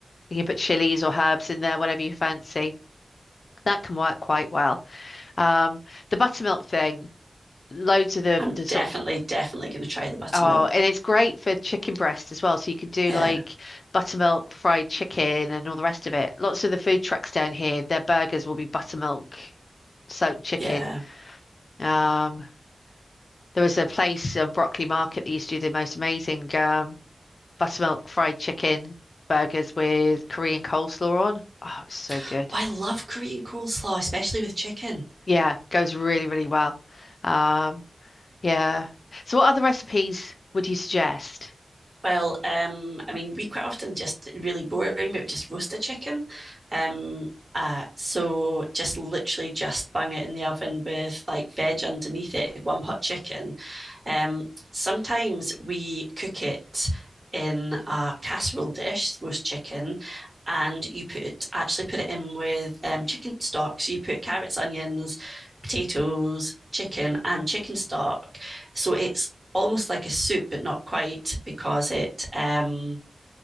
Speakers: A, on the left; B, on the right.
A: You can put chilies or herbs in there, whatever you fancy. That can work quite well. Um, the buttermilk thing, loads of the
B: I'm
A: the sort
B: definitely,
A: of
B: definitely going to try the buttermilk.
A: oh, and it's great for chicken breast as well. So you could do
B: Yeah,
A: like buttermilk fried chicken and all the rest of it. Lots of the food trucks down here, their burgers will be buttermilk soaked chicken.
B: yeah.
A: Um, there was a place on Broccoli Market that used to do the most amazing um, buttermilk fried chicken burgers with Korean coleslaw on. Oh, it was so
B: Oh,
A: good.
B: I love Korean coleslaw, especially with chicken.
A: Yeah, goes really, really well. Um, Yeah. So what other recipes would you suggest?
B: Well, um, I mean, we quite often just really boring, but we just roast a chicken. Um, uh, so just literally just bung it in the oven with like veg underneath it, one pot chicken. Um, sometimes we cook it in a casserole dish, roast chicken, and you put actually put it in with um, chicken stock. So you put carrots, onions, potatoes, chicken, and chicken stock. So it's almost like a soup, but not quite because it um,